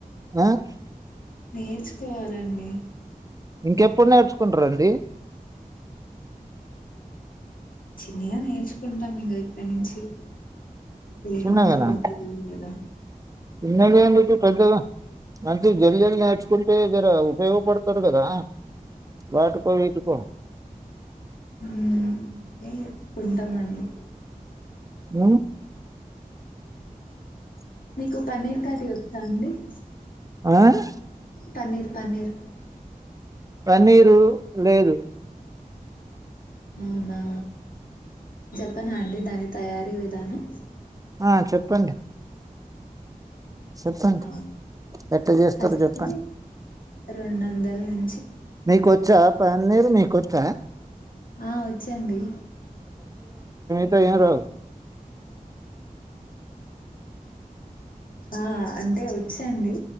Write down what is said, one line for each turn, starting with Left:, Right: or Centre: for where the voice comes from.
Right: ఆహ్
Left: నేర్చుకోవాలండీ
Right: ఇంకెప్పుడు నేర్చుకుంటారండి
Left: చిన్నగా నేర్చుకుంటాం ఇంకా ఇప్పటినుంచి ప్రేమ్
Right: చిన్నగానా
Left: అంతా పెద్దగా లేదా
Right: చిన్నగా ఎందుకు పెద్దగా అంటే జల్ జల్ నేర్చుకుంటే జర ఉపయోగపడతారు కదా వాటుకో వీటుకో
Left: ఉహ్ ఉంటామండి
Right: ఉహ్
Left: మీకు పన్నీర్ కర్రీ వస్తా అండి అ
Right: ఆహ్
Left: పన్నీర్ పన్నీర్
Right: పన్నీరు లేదు
Left: అవున ప్పనా అండి దాని తయారీ విధానం
Right: ఆ చెప్పండి చెప్పండి
Left: ఆ
Right: ఎట్లా చేస్తారు
Left: ఫస్టు
Right: చెప్పండి
Left: రెండు వంద మ్మ్
Right: మీకొచ్చా పన్నీరు నీకొచ్చా
Left: ఆ వచ్చండి
Right: టె ఏం రావు
Left: ఆ అంటే వచ్చండి